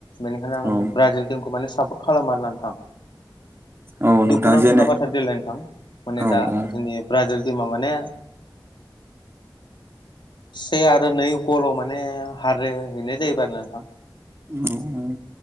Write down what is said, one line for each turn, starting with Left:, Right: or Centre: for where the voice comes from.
Left: बेनिखायनो आं
Right: औ
Left: ब्राजिल टिमखौ माने सापर्ट खालामो आरोना नोंथां
Right: औ नोंथाङा
Left: दुखुनांथावना
Right: जेने
Left: बाथ्रा देग्लाय नोंथां माने
Right: औ
Left: दा
Right: औ
Left: जोंनि ब्राजिलनि टिमा माने से आरो नै गल' माने हार हैनाय जायोबा आरो ना नोंथां
Right: औ